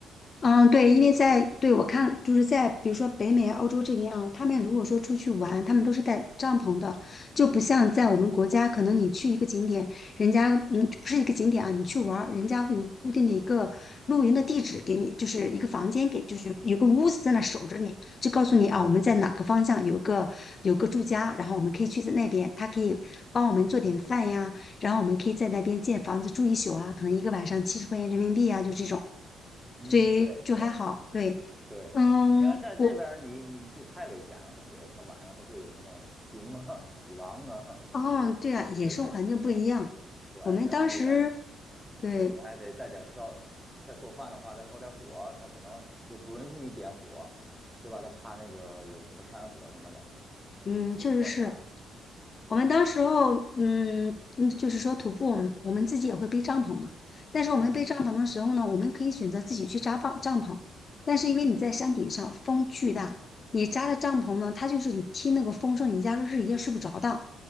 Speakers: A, on the left; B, in the centre.
A: 嗯，对，因为在对我看，就是在比如说北美、欧洲这边啊，他们如果说出去玩，他们都是带帐篷的，就不像在我们国家，可能你去一个景点，人家嗯不是一个景点啊，你去玩儿，人家会有固定的一个露营的地址给你，就是一个房间给，就是有个屋子在那守着你，就告诉你啊，我们在哪个方向有个有个住家，然后我们可以去在那边，他可以帮我们做点饭呀。然后我们可以在那边建房子住一宿啊，可能一个晚上七十块钱人民币啊，就这种，
B: 嗯，
A: 所以就还好。
B: 对对
A: 对，
B: 对，
A: 嗯，
B: 你要在这边儿你，
A: 我
B: 你就太危险了。我觉得它晚上都会有什么熊啊、<laughs> 狼啊，
A: 哦，对啊，
B: <laughs> 这这这还挺危险的。
A: 野生环境不一样。
B: 对，
A: 我们当时，
B: 然后你再，
A: 对，
B: 对，你还得再点烧，再做饭的话，再烧点火，他可能又不允许你点火，对吧？他怕那个有什么山火什么的，我就挺困难的。
A: 嗯，确实是我们当时候，嗯嗯，就是说徒步，我们自己也会背帐篷嘛。但是我们背帐篷的时候呢，
B: 嗯
A: 我们可以选择自己去扎帐帐篷，但是因为你在山顶上，风巨大。你扎的帐篷呢，它就是你听那个风声，你压根儿是一夜睡不着的。